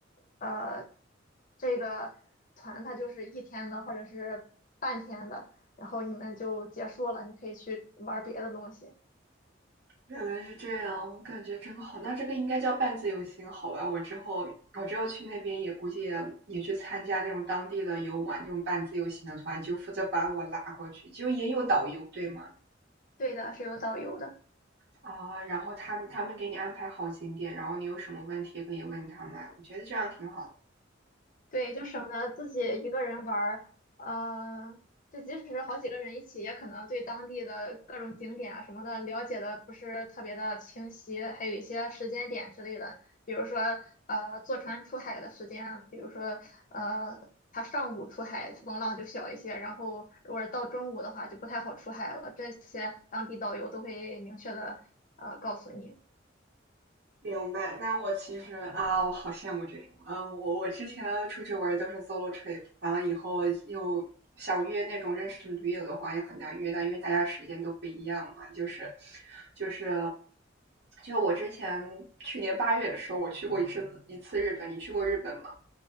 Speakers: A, on the left; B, on the right.
A: 呃，这个团它就是一天的或者是半天的，然后你们就结束了，你可以去玩儿别的东西。
B: 原来是这样，我感觉真好。那这个应该叫半自由行，好吧？我之后我之后去那边也估计也也去参加那种当地的游玩这种半自由行的团，就负责把我拉过去，就也有导游，对吗？
A: 对的，是有导游的。
B: 啊，然后他们他们给你安排好景点，然后你有什么问题可以问他们，我觉得这样挺好的。
A: 对，就省得自己一个人玩儿，呃，就即使是好几个人一起，也可能对当地的各种景点啊什么的了解的不是特别的清晰，还有一些时间点之类的，比如说呃坐船出海的时间啊，比如说呃他上午出海风浪就小一些，然后如果是到中午的话就不太好出海了，这些当地导游都会明确的呃告诉你。
B: 明白，那我其实啊，我好羡慕这种。嗯，我我之前出去玩都是 solo trip，完了以后又想约那种认识的驴友的话也很难约到，因为大家时间都不一样嘛。就是，就是，就我之前去年八月的时候，我去过一次一次日本。你去过日本吗？